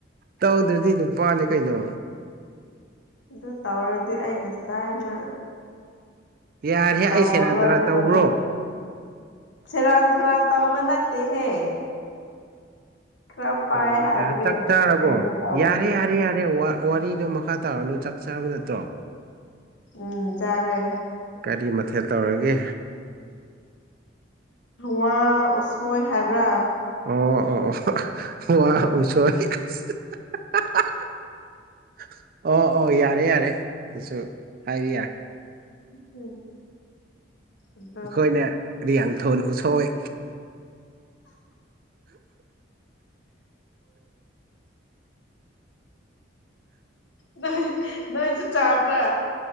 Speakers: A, on the right; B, on the left.
A: ꯇꯧꯗ꯭ꯔꯗꯤ ꯅꯨꯄꯥꯅꯤ ꯀꯩꯅꯣ
B: ꯑꯗꯨ ꯇꯧꯔꯗꯤ ꯑꯩ ꯉꯁꯥꯏꯅ
A: ꯌꯥꯔꯦ
B: ꯇꯧꯔꯔꯣꯏꯗꯣ
A: ꯑꯩ ꯁꯦꯔꯥꯟ ꯇꯨꯔꯥꯟ ꯇꯧꯕ꯭ꯔꯣ
B: ꯁꯦꯔꯥꯟ ꯇꯨꯔꯥꯟ ꯇꯧꯕ ꯅꯠꯇꯦꯍꯦ ꯈꯔ ꯄꯥꯏ
A: ꯇꯧꯕ ꯅꯠꯇ
B: ꯍꯥꯏꯕꯒꯤ
A: ꯍꯆꯥꯛ ꯆꯥꯔꯕꯣ
B: ꯀꯩꯅꯣ ꯇꯧꯕꯅꯤꯗ
A: ꯌꯥꯔꯦ ꯌꯥꯔꯦ ꯌꯥꯔꯦ ꯑꯔꯦ ꯋꯥꯔꯤꯗꯣ ꯃꯈꯥ ꯇꯥꯔꯅꯨ ꯆꯥꯛ ꯆꯥꯔꯕ ꯅꯠꯇ꯭ꯔꯣ
B: ꯎꯝ ꯆꯥꯔꯦ
A: ꯀꯔꯤ ꯃꯊꯦꯜ ꯇꯧꯔꯒꯦ
B: ꯋꯥ ꯎꯁꯣꯏ ꯍꯥꯏꯕ꯭ꯔꯥ
A: ꯑꯣ ꯑꯣ ꯋꯥ ꯎꯁꯣꯏ <unintelligible> <unintelligible> ꯑꯣ ꯑꯣ ꯌꯥꯔꯦ ꯌꯥꯔꯦ ꯑꯗꯨꯁꯨ ꯍꯥꯏꯕ ꯌꯥꯔꯦ
B: ꯎꯝ ꯑꯗꯣ
A: ꯑꯩꯈꯣꯏꯅ ꯔꯤꯌꯥꯡꯊꯣꯟ ꯎꯁꯣꯏ
B: ꯅꯣꯏ ꯅꯣꯏꯁꯨ ꯆꯥꯕ꯭ꯔꯥ